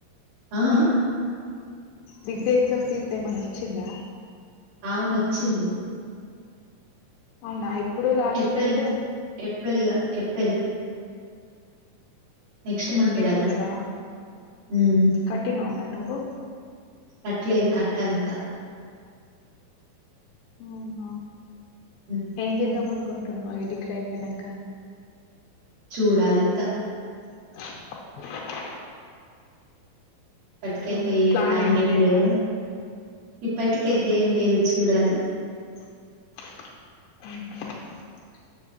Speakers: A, on the right; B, on the left.
A: ఆ ఆ
B: డిగ్రీ ఎగ్జామ్ ఫీజ్ ఏమన్న వచ్చిందా
A: అవునోచ్చింది
B: అవునా ఎప్పుడు లాస్ట్
A: ఏప్రిల్
B: డేట్
A: ఏప్రిల్‌లో ఏప్రిల్ నెక్స్ట్ మంత్
B: ఏప్రిలా
A: గదా! హ్మ్.
B: కట్టినవా మరి నువ్వు
A: కట్లేదు కట్టాలి ఇంకా
B: అ హ
A: హ్మ్.
B: ఏం చేద్దాం అనుకుంటున్నావు డిగ్రీ అయిపోయినంక
A: చూడాలి ఇంకా
B: <unintelligible>
A: ప్పటికైతే
B: అవునా
A: ఏం
B: ప్లాన్
A: ప్లానింగ్
B: లేదా
A: లేదు ఇప్పటికైతే
B: ఆ
A: ఏం లేదు చూడాలి
B: <unintelligible>